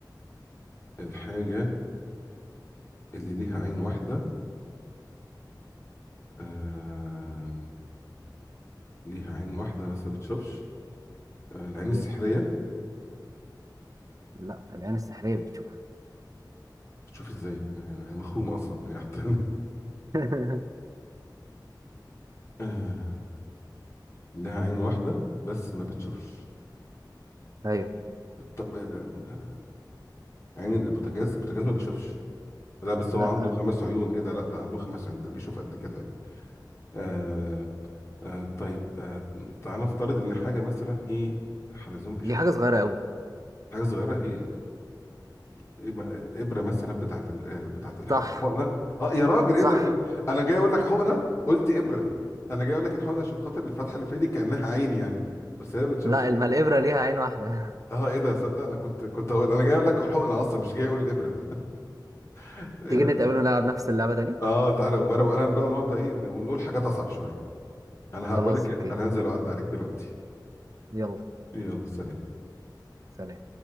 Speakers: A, on the left; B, on the right.
A: الحاجة اللي ليها عين واحدة آم، ليها عين واحدة بس ما بتشوفش آه، العين السحرية
B: يب. لا العين السحريه بتشوف
A: بتشوف ازاي ما هي هي مخرومة اصلا هي حتى
B: <laughs>
A: <laughs> آه، لها عين واحدة بس ما بتشوفش
B: ايوه
A: طب آه، آه، عين البوتاجاز البوتاجاز ما بيشوفش لا بس
B: لا
A: هو عنده خمس عيون ايه ده لا ده عنده خمس عيون ده بيشوف قد كده يعني آه آه طيب آه تعالى نفترض ان حاجة مثلا ايه حلزون بيشوف
B: دي حاجه صغيره قوي
A: حاجة صغيرة ايه يبقى الابره مثلا بتاعت ال... آه، بتاعت الح-
B: صح
A: الحقنه اه يا راجل ايه
B: صح
A: ده كنت انا جاي اقول لك حقنه قلت ابره انا جاي اقول لك الحقنه عشان خاطر الفتحه اللي في ايدي كانها عين يعني بس هي ما بتشوفش
B: لا الم- الابره ليها عين واحده
A: اه ايه ده صدق انا كنت كنت هقول انا جاي اقول لك الحقنه اصلا مش جاي اقول الابره
B: <laughs>
A: <laughs> ايه
B: تيجي
A: ده
B: نتقابل ونلعب نفس اللعبه تاني
A: اه تعالى وبره وقلم بقى ونقعد بقى ايه ونقول حاجات اصعب شويه انا هقول
B: خلاص
A: لك إيه،
B: اوكي
A: انا هنزل واعدي عليك دلوقتي
B: يلا
A: يلا سلام
B: سلام